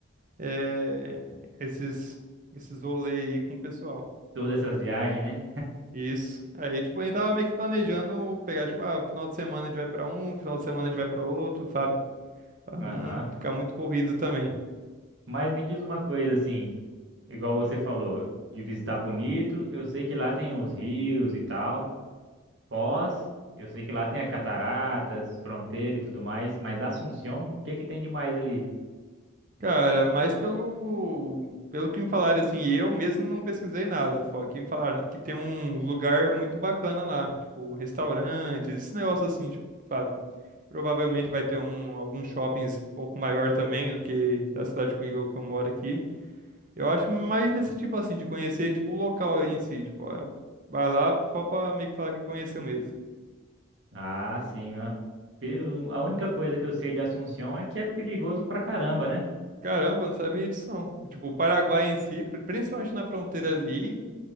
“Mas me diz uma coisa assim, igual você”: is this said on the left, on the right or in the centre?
Right